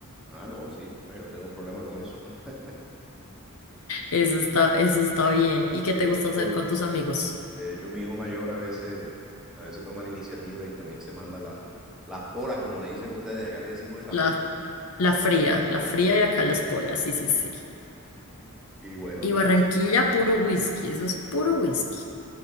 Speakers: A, in the centre; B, on the left.
A: Ah, no, sí, bueno, yo no tengo problema con eso. <laughs>
B: Eso está, eso está bien. ¿Y qué
A: De
B: te
A: hecho,
B: gusta hacer con tus amigos?
A: de hecho, mi hijo mayor a veces, a veces toma la iniciativa y también se manda la- las polas, como le dicen ustedes, acá le decimos en la
B: La,
A: fría.
B: la fría, la fría y acá las polas, sí, sí, sí.
A: Y bueno,
B: Y
A: no,
B: Barranquilla, puro whisky, eso es puro whisky.